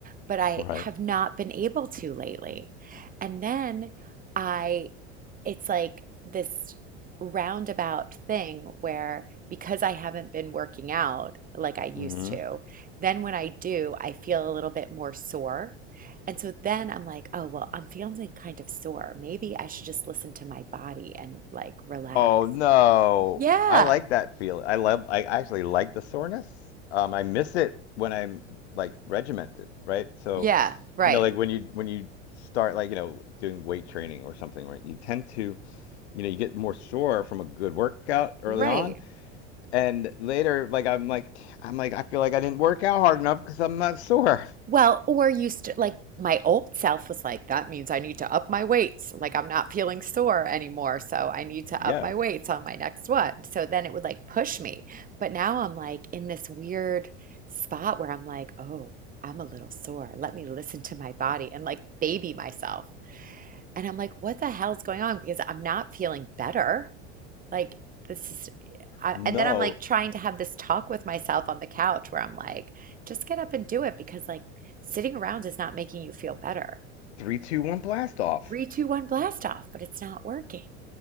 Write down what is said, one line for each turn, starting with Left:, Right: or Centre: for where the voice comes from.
Right: But I
Left: right
Right: have not been able to lately. And then I it's like this roundabout thing where because I haven't been working out like I used
Left: mm-hmm.
Right: to, then when I do, I feel a little bit more sore. And so then I'm like, oh, well, I'm feeling kind of sore. Maybe I should just listen to my body and like relax.
Left: oh no
Right: Yeah.
Left: i like that feel i love i actually like the soreness um, i miss it when i'm like regimented right so
Right: Yeah. Right.
Left: you know like when you when you start like you know doing weight training or something right you tend to you know you get more sore from a good workout early
Right: Right.
Left: on And later, like I'm like I'm like I feel like I didn't work out hard enough because I'm not sore.
Right: Well, or you st like my old self was like, that means I need to up my weights. Like I'm not feeling sore anymore, so I need to
Left: Yeah.
Right: up my weights on my next one. So then it would like push me. But now I'm like in this weird spot where I'm like, oh, I'm a little sore. Let me listen to my body and like baby myself. And I'm like, what the hell's going on? Because I'm not feeling better. Like this is, I,
Left: No.
Right: and then I'm like trying to have this talk with myself on the couch where I'm like, just get up and do it because like sitting around is not making you feel better.
Left: Three, two, one, blast off.
Right: Three, two, one, blast off, but it's not working.